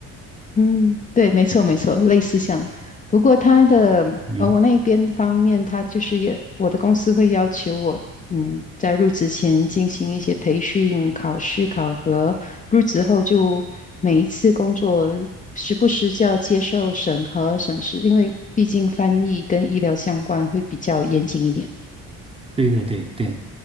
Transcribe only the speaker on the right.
嗯，
对对对对。